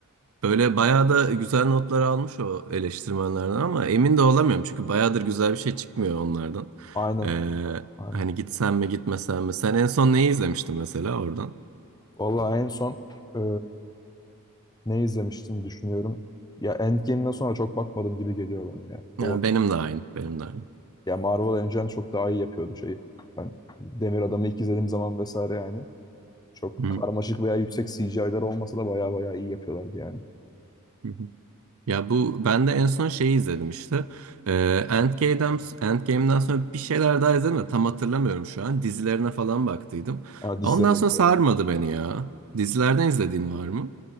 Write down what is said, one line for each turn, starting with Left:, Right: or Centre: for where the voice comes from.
Right: böyle bayağı da güzel notlar almış o eleştirmenlerden ama emin de olamıyorum. Çünkü bayağıdır güzel bir şey çıkmıyor onlardan.
Left: aynen.
Right: Ee,
Left: aynen.
Right: hani gitsem mi gitmesem mi? Sen en son neyi izlemiştin mesela oradan?
Left: Vallahi en son e, ne izlemiştim düşünüyorum. Ya Endgame'den sonra çok bakmadım gibi geliyor bana ya.
Right: Ya
Left: O
Right: benim de aynı, benim de aynı.
Left: Ya Marvel önceden çok daha iyi yapıyordu şeyi. Ben Demir Adam'ı ilk izlediğim zaman vesaire yani. Çok
Right: Hı
Left: karmaşık veya yüksek CGI'ler olmasa da baya baya iyi yapıyorlardı yani.
Right: hı. Ya bu ben de en son şeyi izledim işte. Ee, Endgame'den, Endgame'den sonra bir şeyler daha izledim de tam hatırlamıyorum şu an. Dizilerine falan baktıydım.
Left: Aa, dizileri
Right: Ondan sonra
Left: de güzel.
Right: sarmadı beni ya. Dizilerden izlediğin var mı?